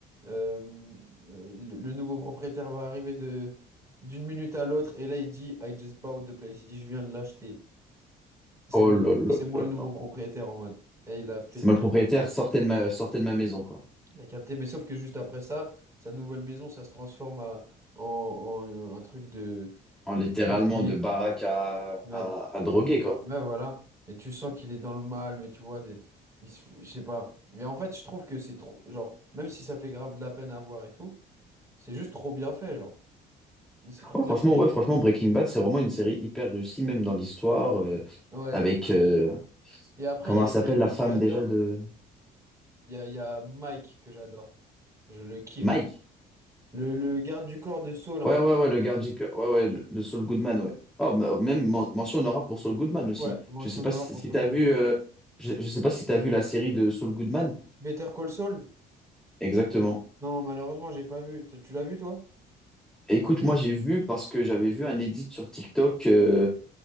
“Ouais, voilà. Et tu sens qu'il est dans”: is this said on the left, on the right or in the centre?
Right